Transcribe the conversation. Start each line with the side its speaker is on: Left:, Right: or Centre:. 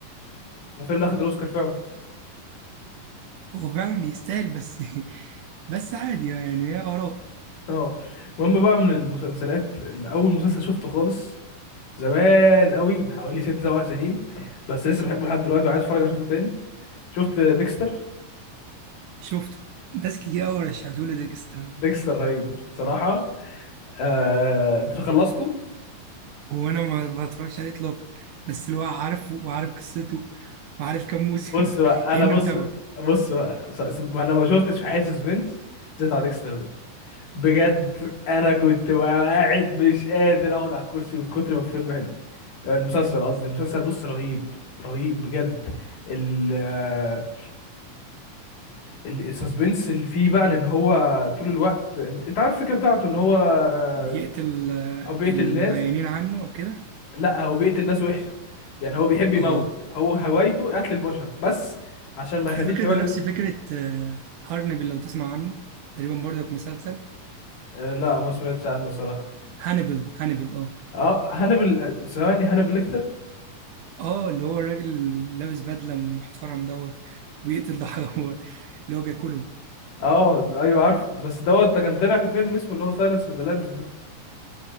Left: وفيلم اخد الاوسكار فعلا
Right: هو فعلا يستاهل بس <laughs> بس عادي يعني هي اراء
Left: اه المهم بقى من المسلسلات اللي اول مسلسل شفته خالص زمان قوي من حوالي ست سبع سنين بس لسه بحبه لحد دلوقتي وعايز اتفرج اشوفه تاني شفت ديكستر
Right: شفته ناس كتير قوي رشحتولي ديكستر
Left: ديكستر رهيب بصراحه آه... انت خلصته
Right: وانا ما ما اتفرجش عليه اطلاقا بس اللي هو عارفه وعارف قصته وعارف كام موسم
Left: بص بقى
Right: <laughs> كأني
Left: انا بص
Right: متابعه
Left: بص بقى س- س- ما انا ما شفتش في حياتي سسبنس زي بتاع ديكستر ده بجد انا كنت بقى قاعد مش قادر اقعد على الكرسي من كتر ما الفيلم حلو المسلسل قصدي المسلسل بص رهيب رهيب بجد ال آه، ال- السسبنس اللي فيه بقى لان هو طول الوقت انت, انت عارف الفكره بتاعته ان هو آه،
Right: بيقتل آه،
Left: او بيقتل
Right: العيانين
Left: الناس
Right: عنه او كده
Left: لا هو بيقتل ناس وحشه يعني هو بيحب يموت
Right: اه
Left: هو هوايته قتل البشر بس عشان ما
Right: على
Left: يخليش
Right: فكره
Left: هوايته
Right: ده نفس فكره آه، هارنبل لو تسمع عنه تقريبا برضك مسلسل
Left: آه، لا ما سمعتش عنه صراحة
Right: هانيبال هانيبال اه
Left: اه هانبل آه، ثواني هانبل ليكتر
Right: اه اللي هو الراجل اللي لابس بدله محترم دوت ويقتل ده حيوان اللي هو بياكله
Left: اه ايوه عارفه بس دوت ده كان طلع في فيلم اسمه اللي هو سايلنس اوف ذا لامبس ده